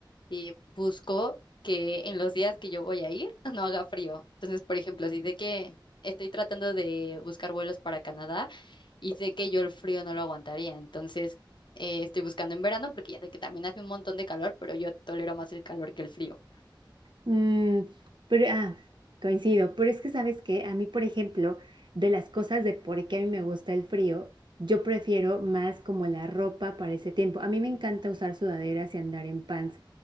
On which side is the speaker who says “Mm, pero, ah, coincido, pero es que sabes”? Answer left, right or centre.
Right